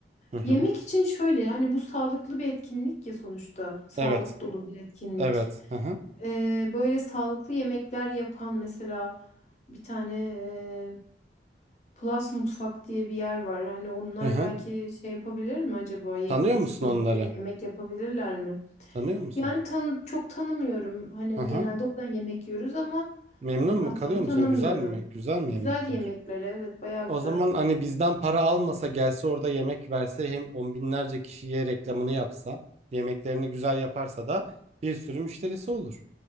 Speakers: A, on the right; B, on the left.
A: Hı hı.
B: Yemek için şöyle yani bu sağlıklı bir etkinlik ya sonuçta. Sağlık
A: Evet.
B: dolu bir etkinlik.
A: Evet. Hı hı.
B: Ee, böyle sağlıklı yemekler yapan mesela bir tane e, Plus Mutfak diye bir yer var. Hani onlar
A: Hı hı.
B: belki şey yapabilir mi acaba? Ye-
A: Tanıyor
B: get-
A: musun
B: gelip
A: onları?
B: buraya yemek yapabilirler mi?
A: Tanıyor musun?
B: Yani tan çok tanımıyorum. Hani
A: Hı hı.
B: genelde oradan yemek yiyoruz ama
A: Memnun
B: hani patronu
A: mu kalıyor musun?
B: tanımıyorum.
A: Güzel mi? Güzel mi
B: Güzel
A: yemekler?
B: yemekler evet bayağı
A: O
B: güzel.
A: zaman hani bizden para almasa gelse orada yemek verse hem on binlerce kişiye reklamını yapsa yemeklerini güzel yaparsa da bir sürü müşterisi olur.